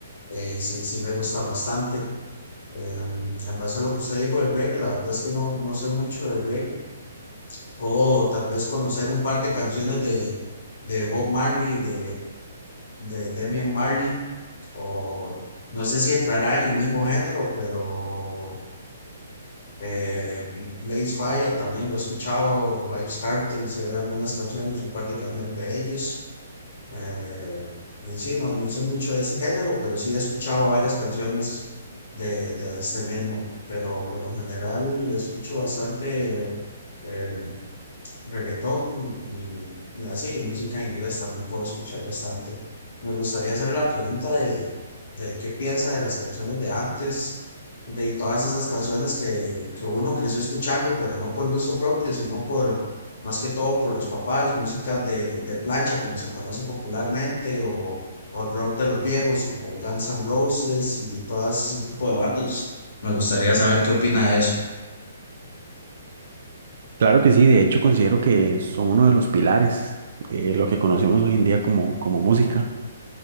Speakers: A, on the left; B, on the right.
A: eh, sí, sí me gustan bastante. Eh, en base a lo que usted dijo del reggae, la verdad es que no, no soy mucho de reggae, o tal vez conocer un par de canciones de, de Bob Marley, de, de Demian Marley, o no sé si entrará en el mismo género, pero eh, Blaze Fire también lo he escuchado, Vibes Cartel, sé algunas canciones, un par de canciones de ellos. Eh, en sí, no, no sé mucho de ese género, pero sí he escuchado varias canciones de, de este mismo. Pero por lo general escucho bastante eh, reggaetón y, y así, música en inglés también puedo escuchar bastante. Me gustaría hacerle la pregunta de, de qué piensa de las canciones de antes, de todas esas canciones que, que uno creció escuchando, pero no por gusto propio, sino por, más que todo por los papás, música de, de plancha, como se conoce popularmente, o, o rock de los viejos, como Guns N' Roses y todo ese tipo de bandas. Me gustaría saber qué opina de eso.
B: Claro que sí, de hecho considero que son uno de los pilares de lo que conocemos hoy en día como, como música.